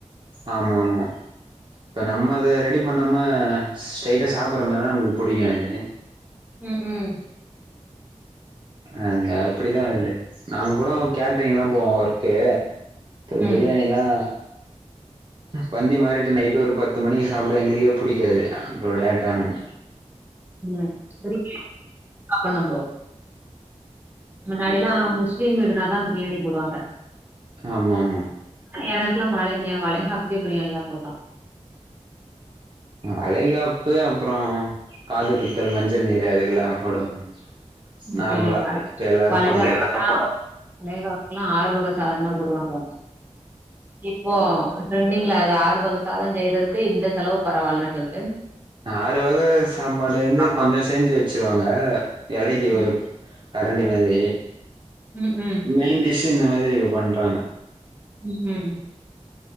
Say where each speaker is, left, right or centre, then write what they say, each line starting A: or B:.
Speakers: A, on the right (about 40°); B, on the right (about 15°).
A: ஆமா ஆமா இப்ப நம்ம அத ரெடி பண்ணாம ஸ்ட்டைா சாப்ற மாரினா நம்ளுக்கு புடிக்கும் அது
B: ம் ம்
A: அ அப்டிதான் வருது நாங்க கூட கேட்ரிங் எல்லாம் போவோம் ஒர்க்கு
B: ம்
A: பிரியாணிலாம் பந்தி மாறிட்டு நைட்டு ஒரு பத்து மணிக்கு சாப்பிட எங்களுக்கே புடிக்காது அப்றம் லேட் ஆனும்
B: ம் புடிக்கல ஸ்டாப் பண்ணும் பரோ முன்னாடிலாம் முஸ்லீம் வீடுனாாதா பிரியாணி போடுவாங்க
A: ஆமாமா
B: எனக்குல்லாம் வள ஏ வளகாப்புக்கே பிரியாணி தா போட்டோம்
A: வளைகாப்பு அப்றம் காது குத்தல் மஞ்சள் நீர் அதுக்கெல்லாம் போடுவாங்க
B: இப்ப
A: நார்மலா
B: என் வள
A: இப்ப எல்லாரு
B: வளகாப்புகா
A: போடாங்க
B: வளகாப்புகல்லாம் ஆறு வக சாதம் போடுவாங்க இப்போ டரெண்டிங்ல அது ஆறு வக சாதம் செய்யறதுக்கு இந்த செலவு பரவாயில்லன்னு சொல்லிட்டு
A: ஆறு வகை சாப்பாடு இருந்து
B: சாப்பாடு
A: கொஞ்ச செஞ்சு வச்சிருவாங்க இலைக்கு ஒரு
B: ம்
A: கரண்டி மாதிரி
B: ம் ம்
A: மெயின் டிஷ் இந்த மாதிரி இப்ப பண்றாங்க
B: ம் ம்